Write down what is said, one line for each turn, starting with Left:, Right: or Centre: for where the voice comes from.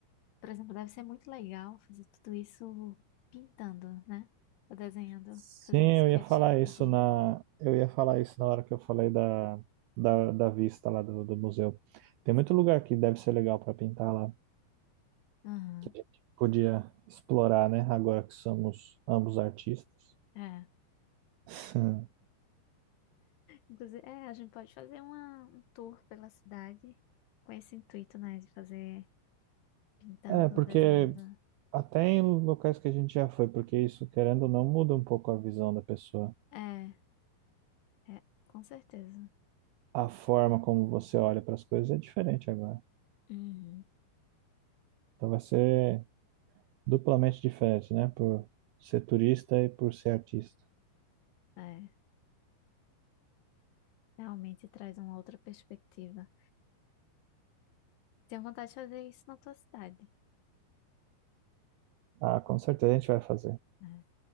Left: Por exemplo, deve ser muito legal fazer tudo isso pintando, né? Ou desenhando,
Right: Sim,
Left: fazendo sketch
Right: eu ia falar
Left: rapidinho.
Right: isso na, eu ia falar isso na hora que eu falei da, da, da vista lá do, do museu. Tem
Left: Sim.
Right: muito lugar que deve ser legal para pintar lá,
Left: Aham.
Right: que a gente podia explorar, né? Agora que somos ambos artistas.
Left: É.
Right: <laughs>
Left: Inclusive, é, a gente pode fazer uma, um tour pela cidade com esse intuito, né? De fazer pintando
Right: É, porque
Left: ou desenhando.
Right: até em locais que a gente já foi, porque isso, querendo ou não, muda um pouco a visão da pessoa.
Left: É, é, com certeza.
Right: A forma como você olha para as coisas é diferente agora.
Left: Uhum.
Right: Então vai ser duplamente diferente, né? Por ser turista e por ser artista.
Left: É, realmente traz uma outra perspectiva. Tenho vontade de fazer isso na tua cidade,
Right: Ah, com certeza a gente vai fazer.
Left: né?